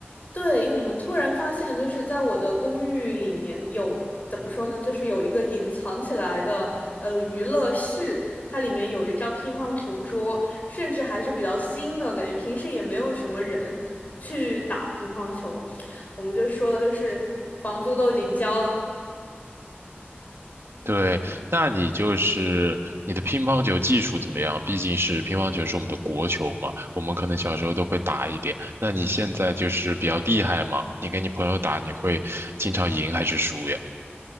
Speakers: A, on the left; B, on the right.
A: 对，因为我们突然发现，就是在我的公寓里面有，怎么说呢，就是有一个隐藏起来的呃娱乐室，它里面有一张乒乓球桌，甚至还是比较新的，等于平时也没有什么人去打乒乓球，我们就说就是。房租都已经交了，
B: 对，那你就是你的乒乓球技术怎么样？毕竟是乒乓球是我们的国球嘛，我们可能小时候都会打一点。那你现在就是比较厉害吗？你跟你朋友打，你会经常赢还是输呀？